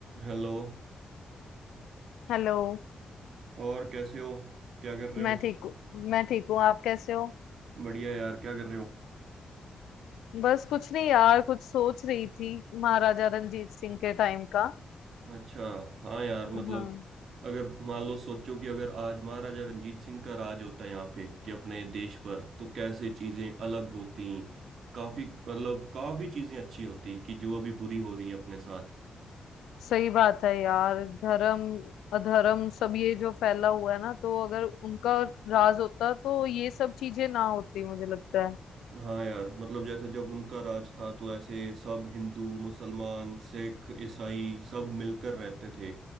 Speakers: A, on the right; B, on the left.
A: Hello
B: हेलो
A: और कैसे हो क्या कर रहे हो
B: मैं ठीक हूँ मैं ठीक हूँ आप कैसे हो
A: बढ़िया यार क्या कर रहे हो
B: बस कुछ नहीं यार कुछ सोच रही थी महाराजा रणजीत सिंह के टाइम का
A: अच्छा हाँ यार मतलब
B: हाँ
A: अगर मान लो सोचो कि अगर आज महाराजा रंजीत सिंह का राज होता है यहाँ पे कि अपने देश पर तो कैसे चीजें अलग होती काफी मतलब काफी चीजें अच्छी होती कि जो अभी बुरी हो रही हैं अपने साथ
B: सही बात है यार धर्म अधर्म सब ये जो फैला हुआ है ना तो अगर उनका राज होता तो ये सब चीजें ना होती मुझे लगता
A: हाँ यार मतलब जैसे जब उनका राज था तो ऐसे सब हिंदू मुसलमान सिख ईसाई सब मिलकर रहते थे